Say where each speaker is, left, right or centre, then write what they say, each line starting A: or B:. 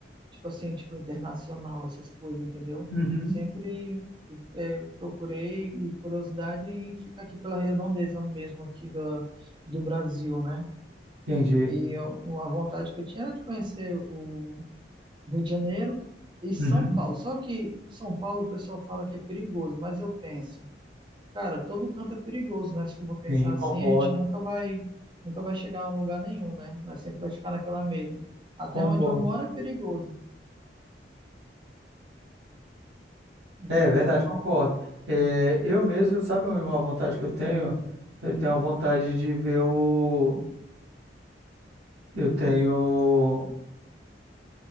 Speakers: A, on the right (about 25°); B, on the right (about 75°).
A: tipo assim, tipo internacional, essas coisas, entendeu?
B: uhum,
A: Sempre é, procurei e curiosidade em ficar aqui pela redondeza mesmo aqui da, do Brasil, né?
B: Entendi.
A: E eu- a vontade que eu tinha era de conhecer o Rio de Janeiro e São
B: uhum.
A: Paulo. Só que São Paulo o pessoal fala que é perigoso, mas eu penso Cara, todo canto é perigoso, né? Se for pra pensar
B: Sim,
A: assim,
B: concordo,
A: a gente nunca vai, nunca vai chegar a um lugar nenhum, né? Mas sempre vai ficar naquela mesma. Até
B: concordo.
A: onde eu moro é perigoso, entendeu?
B: É é verdade, concordo. É, eu mesmo, sabe uma vontade que eu tenho? Eu tenho a vontade de ver o. Eu tenho.